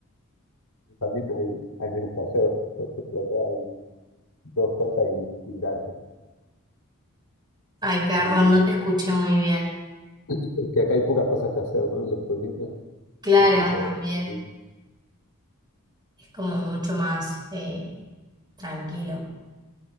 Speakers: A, on the left; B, on the right.
A: También hay, hay menos que hacer, ¿no? Por ejemplo, acá hay dos cosas y, y gracias.
B: Ay, perdón,
A: A
B: no te escuché muy bien.
A: es Que acá hay pocas cosas que hacer, ¿no? En los pueblitos.
B: Claro,
A: Hay mucho
B: también
A: de eso también.
B: es como mucho más eh, tranquilo.